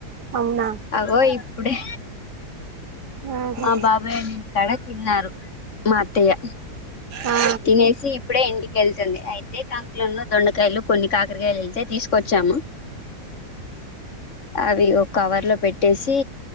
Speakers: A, on the right (about 85°); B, on the left (about 50°).
A: అవునా
B: అగో ఇప్పుడే
A: ఆహా
B: మా బాబాయోల్లింటికాడ తిన్నారు మా అత్తయ్య
A: ఆ
B: తినేసి ఇప్పుడే ఇంటికెల్ తంది అయితే కంకులున్ను దొండకాయలు కొన్ని కాకరకాయలు ఏల్తే తీసుకొచ్చాము అవి ఒక కవర్ లో పెట్టేసి